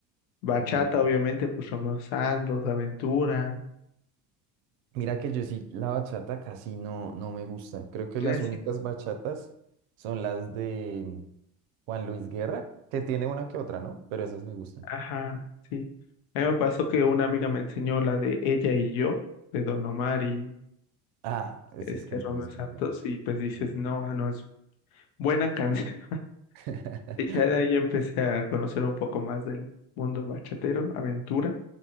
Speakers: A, on the left; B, on the right.
A: Bachata,
B: Muy buena
A: obviamente, pues Romeo Santos, Aventura,
B: Mira que yo sí, la bachata casi no, no me gusta. Creo que
A: ya
B: las
A: sí,
B: únicas bachatas son las de Juan Luis Guerra, que tiene una que otra, ¿no? Pero esas me gustan.
A: ajá, sí. A mí me pasó que una amiga me enseñó la de Ella y yo, de Don Omar y
B: Ah, esas
A: este
B: canciones
A: Romeo Santos,
B: muy buenas.
A: y pues dices,
B: Sí.
A: no, ah, no, es buena canción. <laughs>
B: <laughs>
A: Y ya de ahí empecé a conocer un poco más del mundo bachatero, Aventura,